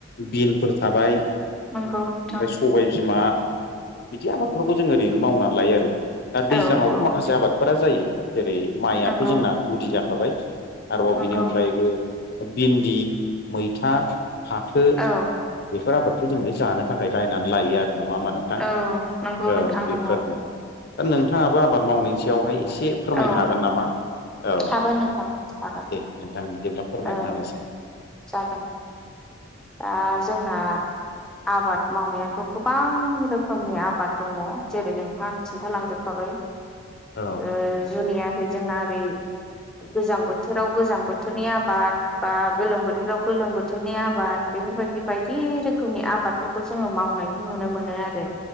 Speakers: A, on the left (about 50°); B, in the centre.
A: बिनफोर थाबाय
B: नंगौ नोंथां
A: ओमफ्राय सबाय बिमा बिदि आबादफोरखौ जों ओरैनो मावनानै लायो आरो। दा
B: औ
A: दैज्लांवबो
B: औ
A: माखासे आबादफोरा जायो जेरै माइयाथ'
B: नंगौ
A: जोंना गुदि जाखाबाय आरोबाव
B: नंगौ
A: बेनि अनगायैबो भिन्दि मैथा फाथो
B: औ
A: बेफोर आबादखौ जोंङो जानो थाखाय रायनानै लायो आरो नंङा होमबा नोंथां।
B: औ नंगौ
A: औ
B: नोंथां नंगौ
A: बेफोरनो। दा नोंथांङाबो आबाद मावनायनि सायावहाय एसे फोरमायनो
B: औ
A: हागोन नामा? औ
B: हागोन नोंथां हागोन
A: दे नोंथां जेब्ला फोरमायना
B: औ
A: होनोसै।
B: जागोन। दा जोंना आबाद मावनायाथ' गोबां रोखोमनि आबाद दंङो जेरै नोंथांङा खिन्थालांजोबखाबाय
A: औ
B: ओ जुनियाहै जोंना ओरै गोजां बोथोराव गोजां बोथोरनि आबाद बा गोलोम बोथोराव गोलोम बोथोरनि आबाद बेफोरबायदि बायदि रोखोमनि आबादफोरखौ जोंङो मावनायखौ नुनो मोनो आरो।